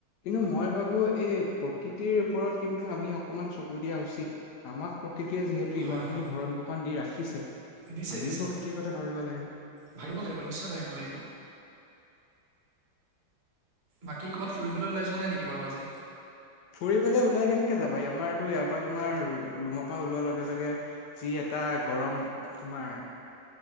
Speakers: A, on the left; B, on the right.
A: কিন্তু মই ভাবো এই প্ৰকৃতিৰ ওপৰত কিন্তু আমি অকমান চকু দিয়া উচিত। আমাক প্ৰকৃতিয়ে যিহেতু
B: হয়
A: ইমান খিনি
B: হয়
A: ভৰণ পোষণ দি ৰাখিছে।
B: দিছে
A: আমিও
B: দিছে
A: প্ৰকৃতিৰ
B: অ
A: কথা ভাবিব লাগে
B: ভাবিব লাগিব নিশ্চয় ভাবিব লাগিব। বাকী ক'ৰবাত ফুৰিবলৈ ওলাই যোৱা নাই নেকি বাৰু আজি।
A: ফুৰিবলে ওলাই কেনেকে যাবা ই আমাৰতো ইয়াৰ পৰা তোমাৰ ৰূমৰ পৰা ওলোৱাৰ লগে লগে যি এটা গৰম তোমাৰ।